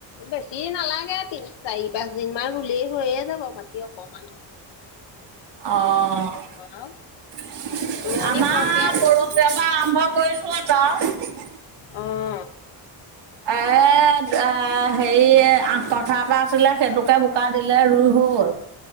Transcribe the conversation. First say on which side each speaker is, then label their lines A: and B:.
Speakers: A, on the left; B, on the right.
A: বেছি নালাগে তিন চাৰি পাঁচ দিন মান ৰুলে হৈয়ে যাব বাকি অকমান হে
B: অ', আমাৰ
A: আৰু
B: পৰহীয়ৰ পৰা
A: ৰোৱনী সৰহকে আহিব
B: আৰম্ভ
A: যে
B: কৰি <inaudible>
A: অ',
B: এ আ, হেৰি আঠ কথা এটা আছিলে সেইটোকে বোকা দিলে ৰুই হল।